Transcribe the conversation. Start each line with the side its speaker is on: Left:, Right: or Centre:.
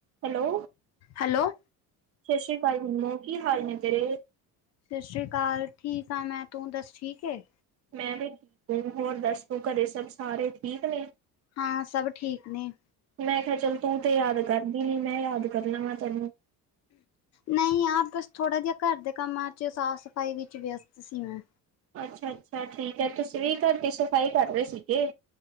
Right: Hello
Left: hello
Right: ਸਤਿ ਸ੍ਰੀ ਅਕਾਲ ਨਿੰਮੋ ਕੀ ਹਾਲ ਨੇ ਤੇਰੇ?
Left: ਸਤਿ ਸ਼੍ਰੀ ਅਕਾਲ ਠੀਕ ਹਾਂ ਮੈਂ ਤੂੰ ਦੱਸ ਠੀਕ ਏ?
Right: ਮੈਂ ਵੀ ਠੀਕ ਆ ਹੋਰ ਦੱਸ ਤੂੰ ਘਰੇ ਸਭ ਸਾਰੇ ਠੀਕ ਨੇ?
Left: ਹਾਂ ਸਭ ਠੀਕ ਨੇ।
Right: ਮੈਂ ਕਿਹਾ ਚੱਲ ਤੂੰ ਤੇ ਯਾਦ ਕਰਦੀ ਨੀ ਮੈਂ ਯਾਦ ਕਰ ਲਵਾਂ ਤੈਨੂੰ।
Left: ਨਹੀਂ ਆ ਬਸ ਥੋੜਾ ਜਿਹਾ ਘਰ ਦੇ ਕੰਮਾਂ ਚ ਸਾਫ਼-ਸਫ਼ਾਈ ਵਿੱਚ ਵਿਅਸਤ ਸੀ ਮੈਂ।
Right: ਅੱਛਾ-ਅੱਛਾ ਠੀਕ ਹੈ ਤੁਸੀਂ ਵੀ ਘਰ ਦੀ ਸਫ਼ਾਈ ਕਰ ਰਹੇ ਸੀਗੇ।